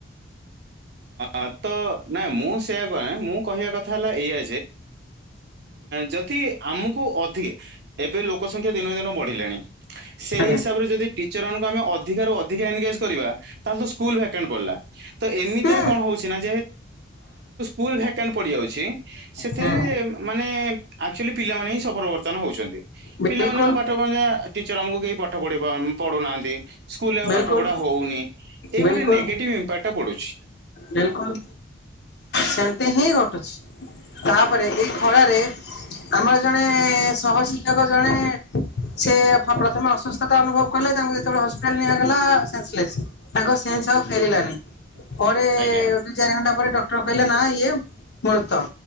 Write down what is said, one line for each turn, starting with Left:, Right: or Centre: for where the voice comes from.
Right: ଅ ତ ନାଇଁ ମୁଁ ସେୟଆ କଏ। ମୁଁ କହିବା କଥା ହେଲା ଏଇଆ ଯଦି ଆମକୁ ଏବେ ଲୋକ ଲୋକ ସଂଖ୍ୟା ଦିନ କୁ ଦିନ ବଢ଼ିଲାଣି। ସେଇ
Left: ଆଜ୍ଞା
Right: ହିସାବରେ ଯଦି ଟିଚର ମାନଙ୍କୁ ଆମେ ଅଧିକାରୁ ଏନଗେଜ କରିବା ତାହେଲେ ତ ସ୍କୁଲ ଭ୍ୟାକେଣ୍ଡ ପଡିଲା। ତ ଏମିତି
Left: ହୁଁ
Right: କଣ ହଉଛି ନା ଯେହେତୁ ଅଁ ଯେହେତୁ ପଡିଯାଉଛି ସେଥିରେ
Left: ହୁଁ
Right: ମାନେ ଆକ୍ଚୁଆଲି ପିଲାମାନେ ହିଁ ସଫର ବର୍ତମାନ ହଉଛନ୍ତି।
Left: ବିଲକୁଲ
Right: ପିଲାମାନେ ଆଉ ପାଠ ପଢ ଟିଚର ଆମକୁ କେହି ପାଠ ପଢିବ ପଢୁନାହାନ୍ତି। ସ୍କୁଲରେ ଆଉ
Left: ବିଲକୁଲ
Right: ପାଠ ପଢ଼ା ହଉନି। ଏଇ
Left: ବିଲକୁଲ
Right: ଗୋଟେ ନେଗେଟିଭ୍ ଇମ୍ପାକ୍ଟ ପଡ଼ୁଛି।
Left: ବିଲକୁଲ ସେମତି ହିଁ ଘଟୁଛି। ତାପରେ ଏଇ ଖଳାରେ ଆମର ଜଣେ ସହ ଶିକ୍ଷକ ଜଣେ ସେ ପ୍ରଥମେ ଅସୁସ୍ଥତା ଅନୁଭବ କଲେ। ତାଙ୍କୁ ଯେତେବେଳେ ଲା ସେନ୍ସଲେସ। ତାଙ୍କ ସେନ୍ସ ଆଉ ଫେରିଲାନି। ପରେ
Right: ଆଜ୍ଞା
Left: ଦି ଚାରି ଘଣ୍ଟା ପରେ କହିଲେ ନା ଇଏ ମୃତ।